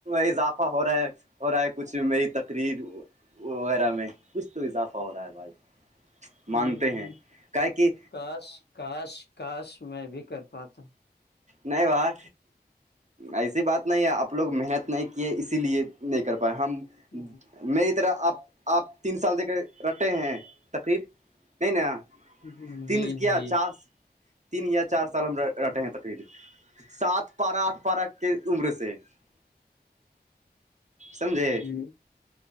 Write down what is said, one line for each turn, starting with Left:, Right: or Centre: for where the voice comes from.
Right: اضافہ ہو رہا ہے ہو رہا ہے کچھ میری تقریر وغیرہ میں کچھ تو اضافہ ہو رہا ہے بھائی
Left: ہ
Right: مان ہیں کا کہ
Left: کاش کاش کاش میں بھی کر پاتا
Right: نہیں باہ ایسی بات نہیں ہے آپ لوگ محنت نہیں کیے اسی لیے نہیں کر پائے ہم
Left: جی
Right: میری طرح آپ آپ تین سال د رٹے ہیں تقریر <unintelligible> نہیں ن
Left: جی
Right: تین
Left: جی
Right: سے کیا چار سے تین یا چار سال ہم رہٹے ہیں تقریب سات پارہ آٹھ پارہ کی عمر سے <unintelligible> سمجھے
Left: جی جی